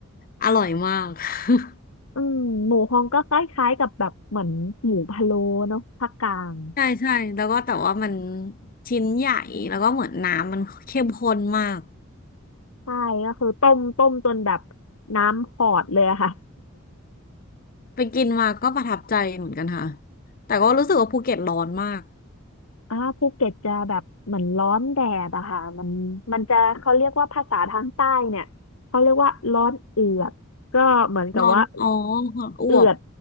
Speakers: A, on the left; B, on the left.
A: อร่อยมาก <laughs>
B: อืมหมูฮองก็คล้ายๆกับแบบเหมือนหมูพะโล้เนาะภาคกลาง
A: ใช่ใช่แล้วก็แต่ว่ามันชิ้นใหญ่แล้วก็เหมือนน้ำมันเข้มข้นมาก
B: ใช่ก็คือต้มต้มจนแบบน้ำขอดเลยอะค่ะ
A: ไปกินมาก็ประทับใจเหมือนกันค่ะแต่ก็รู้สึกว่าภูเก็ตร้อนมาก
B: อ่าภูเก็ตจะแบบเหมือนร้อนแดดอะค่ะมันมันจะเขาเรียกว่าภาษาทางใต้เนี่ยเขาเรียกว่าร้อนเอือดก็เหมือนกับว่า
A: ร้อนอ๋อออวบ
B: เอือด